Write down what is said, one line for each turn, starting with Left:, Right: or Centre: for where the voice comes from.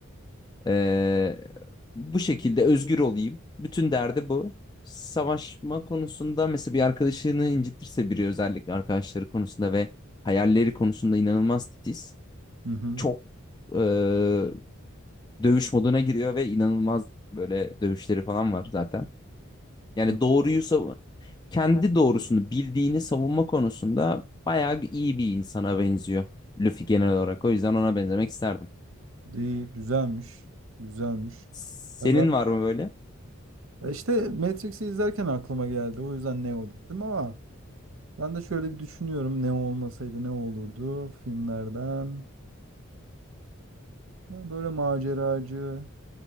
Left: Eee, bu şekilde özgür olayım. Bütün derdi bu. Savaşma konusunda mesela bir arkadaşını incitirse biri özellikle arkadaşları konusunda ve hayalleri konusunda inanılmaz titiz.
Right: Hı hı.
Left: Çok eee, dövüş moduna giriyor ve inanılmaz böyle dövüşleri falan var zaten. Yani
Right: Hı.
Left: doğruyu savun kendi doğrusunu bildiğini savunma konusunda bayağı iyi bir insana benziyor Luffy genel olarak. O yüzden ona benzemek isterdim.
Right: İyi, güzelmiş. Güzelmiş.
Left: Senin
Right: Ya ben
Left: var mı böyle?
Right: ya işte Matrix'i izlerken aklıma geldi. O yüzden Neo dedim ama Ben de şöyle bir düşünüyorum ne olmasaydı ne olurdu filmlerden. Ya Böyle maceracı,